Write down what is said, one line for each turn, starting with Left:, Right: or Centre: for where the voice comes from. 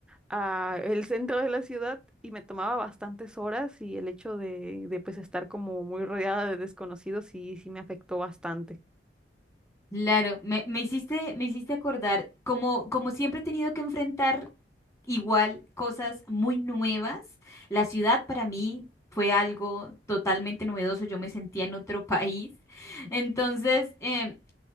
Centre: a el centro de la ciudad y me tomaba bastantes horas y el hecho de, de pues estar como muy rodeada de desconocidos sí, sí me afectó bastante.
Left: Claro, me, me hiciste, me hiciste acordar, como, como siempre he tenido que enfrentar igual cosas muy nuevas, la ciudad para mí fue algo totalmente novedoso, yo me sentía en otro <laughs> país, entonces em,